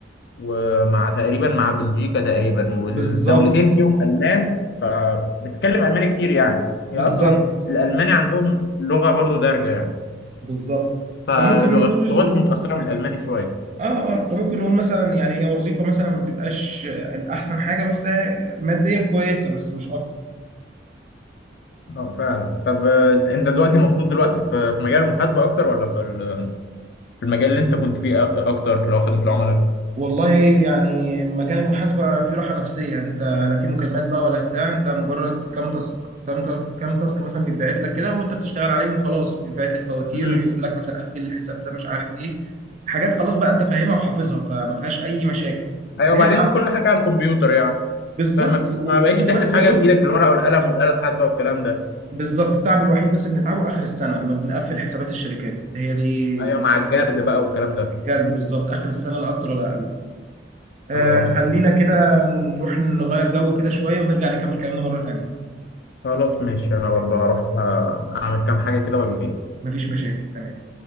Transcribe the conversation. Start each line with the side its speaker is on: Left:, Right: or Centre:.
Left: ومع تقريبا مع بلجيكا تقريبا والدولتين
Right: بالظبط
Left: فيهم المان فبتتكلم الماني كتير يعني
Right: بالظبط
Left: هي اصلا الالماني عندهم لغه برضو دارجه يعني
Right: بالظبط
Left: فلغتهم
Right: فممكن نقول
Left: متاثره بالالماني شويه
Right: اه اه فممكن نقول مثلا يعني هي وظيفه مثلا ما تبقاش الاحسن حاجه بس ماديا كويسه بس مش اكتر
Left: اه فعلا طب آه، انت دلوقتي مبسوط دلوقتي في في مجال المحاسبه اكتر ولا في ال- في المجال اللي انت كنت فيه أ- اكتر اللي هو خدمه العملاء
Right: والله يعني مجال المحاسبة فيه راحة نفسية انت لا في مكالمات بقى ولا بتاع انت مجرد كام تاسك كام تا- كام تاسك مثلا بيتبعت لك كده وانت بتشتغل عليهم وخلاص بيتبعت لك فواتير
Left: امم
Right: يقول لك مثلا قفل الحساب ده مش عارف ايه حاجات خلاص بقى انت فاهمها وحافظها فما فيهاش اي مشاكل
Left: ايوه
Right: بنتعب
Left: وبعدين كل حاجه على الكمبيوتر يعني
Right: بالظبط
Left: فما بتحس...
Right: و-
Left: ما بقتش
Right: وانت
Left: تحسب
Right: بس
Left: حاجه
Right: يا دوب
Left: بايدك بالورقه والقلم والاله الحاسبه والكلام ده
Right: بالظبط التعب الوحيد بس اللي بنتعبه اخر السنة لما بنقفل حسابات الشركات هي دي
Left: ايوه
Right: قصة
Left: مع الجرد
Right: المحاسبة
Left: بقى
Right: كلها.
Left: والكلام ده
Right: الجرد بالظبط اخر السنة لا اكتر ولا اقل آه
Left: اه
Right: خلينا
Left: فاهم
Right: كده نروح نغير جو كده شوية ونرجع نكمل كلامنا مرة تانية
Left: خلاص ماشي انا
Right: تمام
Left: برضه هروح آه، اعمل كام حاجه كده واجي
Right: مفيش مشاكل تمام